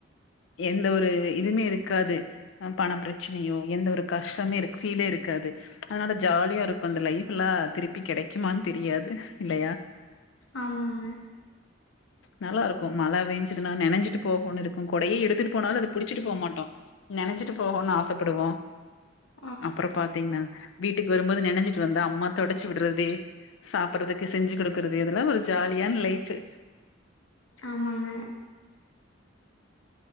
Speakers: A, on the left; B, on the left.
A: எந்த ஒரு இதுமே இருக்காது அ பணப்ரெ ச்சனையோ எந்த ஒரு கஷ்டமே ஃபீலே இருக்காது அதனால ஜாலியா இருக்கும் அந்த லைஃப் எல்லா திருப்பி கெடை டைக்குமான்னு தெரியாது இல்லையா
B: ஆமாங்க
A: நல்லா இருக்கும் மழை வெய்ஞ்சுதுன்னா நனஞ்சிட்டு போகுன்னு இருக்கும் கொடையே எடுத்துட்டு போனாலும் அதப் புடிச்சிட்டு போ மாட்டோம் நனைஞ்சிட்டு போகும்னு ஆசப்படுவோ
B: உஹ்
A: அப்புறொ பாத்தீங்கன்னா வீட்டுக்கு வரும்போது நெனஞ்சிட்டு வந்தா அம்மா தொடச்சி விட்றது சாப்ட்றதுக்கு செஞ்சு குடுக் கறது இதெல்லா ஒரு ஜாலியான லைஃபு
B: ஆமாங்க